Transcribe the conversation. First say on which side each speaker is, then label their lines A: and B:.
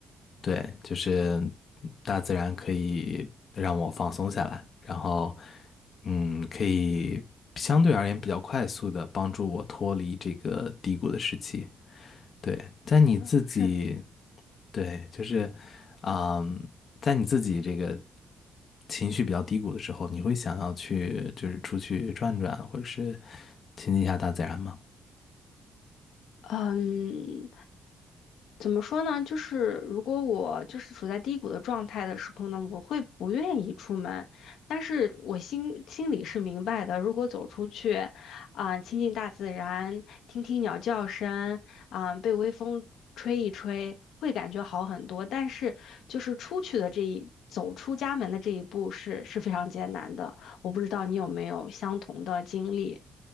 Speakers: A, on the left (about 50°); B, on the left (about 80°).
A: 对，就是大自然可以让我放松下来，然后，嗯，可以相对而言比较快速的帮助我脱离这个低谷的时期。对，在你自己，
B: 是呢，是呢。
A: 对，就是，嗯，在你自己这个情绪比较低谷的时候，你会想要去就是出去转转，或者是亲近一下大自然吗？
B: 嗯，怎么说呢？就是如果我就是处在低谷的状态的时候呢，我会不愿意出门，但是我心心里是明白的。如果走出去，啊、亲近大自然，听听鸟叫声，啊、被微风吹一吹，会感觉好很多。但是就是出去的这一走出家门的这一步是是非常艰难的。我不知道你有没有相同的经历。